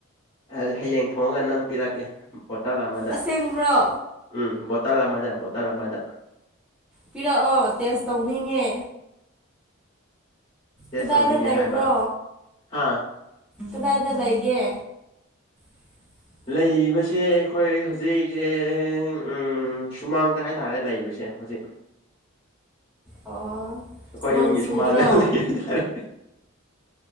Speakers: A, on the left (about 25°); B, in the centre.
A: ꯑꯗ ꯍꯌꯦꯡ ꯊꯣꯡꯉꯒ ꯅꯪ ꯄꯤꯔꯛꯀꯦ ꯕꯣꯇꯜ ꯑꯃꯗ
B: ꯑꯁꯦꯡꯕ꯭ꯔꯣ
A: ꯎꯝ ꯕꯣꯇꯜ ꯑꯃꯗ ꯕꯣꯇꯜ ꯑꯃꯗ
B: ꯄꯤꯔꯛꯑꯣ ꯇꯦꯁ ꯇꯧꯅꯤꯡꯉꯦ
A: ꯇꯦꯁ
B: ꯀꯗꯥꯏꯗ
A: ꯇꯧꯅꯤꯡꯉꯦ
B: ꯂꯩꯕ꯭ꯔꯣ
A: ꯍꯥꯏꯕ ꯍꯥ
B: ꯀꯗꯥꯏꯗ ꯂꯩꯒꯦ <inaudible>
A: ꯂꯩꯕꯁꯦ ꯑꯩꯈꯣꯏ ꯍꯧꯖꯤꯛꯁꯦ ꯎꯝ ꯁꯨꯃꯥꯡꯗ ꯍꯥꯏꯇꯥꯔꯦ ꯂꯩꯕꯁꯦ ꯍꯧꯖꯤꯛ
B: ꯑꯣ
A: ꯑꯩꯈꯣꯏ
B: ꯅꯣꯡ
A: ꯌꯨꯝꯒꯤ
B: ꯆꯨꯗ꯭ꯔꯣ
A: ꯁꯨꯃꯥꯡꯗ ꯂꯩ ꯍꯥꯏꯇꯥꯔꯦ